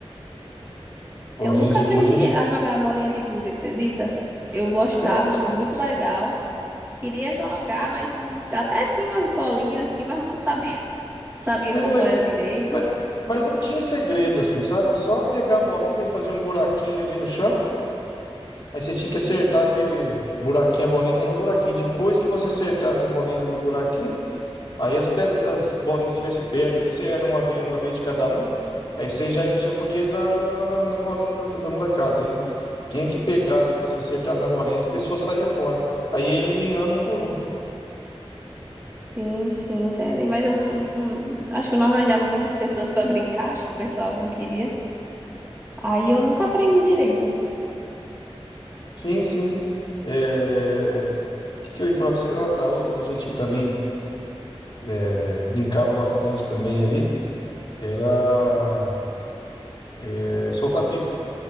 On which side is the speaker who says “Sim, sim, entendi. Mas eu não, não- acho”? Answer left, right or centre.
Right